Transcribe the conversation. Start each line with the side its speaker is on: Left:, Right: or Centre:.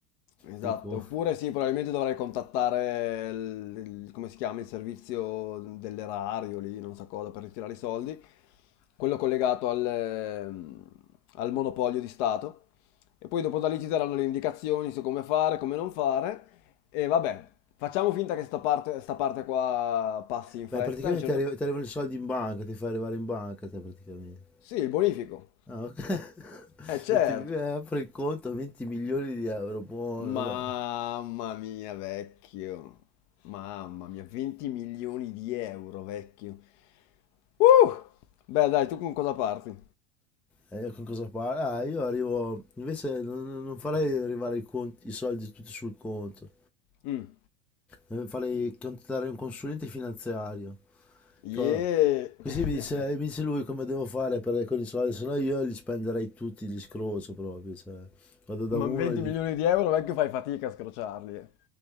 Left: Esatto,
Centre: Sul conto.
Left: oppure sì, probabilmente dovrei contattare il, il- come si chiama, il servizio dell'erario lì, non so cosa, per ritirare i soldi, quello collegato al, ehm, al monopolio di Stato. E poi dopo da lì ci daranno le indicazioni su come fare, come non fare. E vabbè, facciamo finta che sta parte, sta parte qua passi in
Centre: Beh,
Left: fretta.
Centre: praticamente
Left: A un certo
Centre: ti
Left: punto-
Centre: arri- ti arrivano i soldi in banca, ti fai arrivare in banca te praticamente.
Left: Sì, il bonifico.
Centre: Ah, ok. <laughs>
Left: Eh certo.
Centre: 20 mi- eh, apri il conto, 20 milioni di euro, buono,
Left: Mamma
Centre: dai.
Left: mia, vecchio. Mamma mia, 20 milioni di euro, vecchio. Uh! Beh, dai, tu con cosa parti?
Centre: E io con cosa parlo? Ah, io arrivo, invece non, non farei arrivare i, conti- i soldi tutti sul conto,
Left: Mm.
Centre: Eh, farei contattare un consulente finanziario.
Left: Yeah!
Centre: Co- Così
Left: <laughs>
Centre: mi dice, mi dice lui come devo fare per, con i soldi, se no io li spenderei tutti, li scrocio proprio, cioè, vado da
Left: Ma
Centre: uno
Left: 20
Centre: e gli
Left: milioni
Centre: dico...
Left: di euro, vecchio, fai fatica a scrociarli, eh.